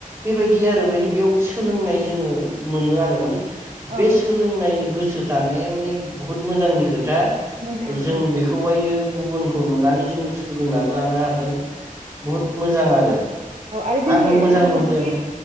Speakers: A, on the right; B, on the right.
A: बेबायदि आरो ओमफायनो बेयाव सोलोंनाय जोङो मोनो आरो माने
B: औ
A: बे सोलोंनाय गोसो थानाया माने बहुद मोजांनि खोथ दा
B: मोजां
A: जों
B: ओं
A: बेखौहायो गुबुनखौ नुनानै जोंङ सोलोंनानै लानो हादों। बहुद मोजां आरो।
B: औ आरो जोंनि
A: आंबो मोजां
B: रांखान्थि
A: मोनदों